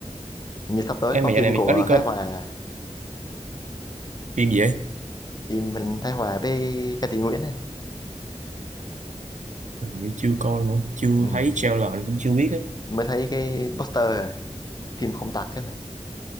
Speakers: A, on the left (about 35°); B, on the right (about 80°).
A: như sắp tới
B: em
A: có
B: mà
A: phim
B: giờ này mình
A: của
B: có đi coi
A: Thái Hòa
B: phim gì vậy
A: phim mình Thái Hòa với Ca Sĩ Nguyễn này
B: mình cũng chưa coi nữa chưa
A: ừ.
B: thấy trailer mình cũng chưa biết á
A: mới thấy cái poster rồi phim không tặc cái mày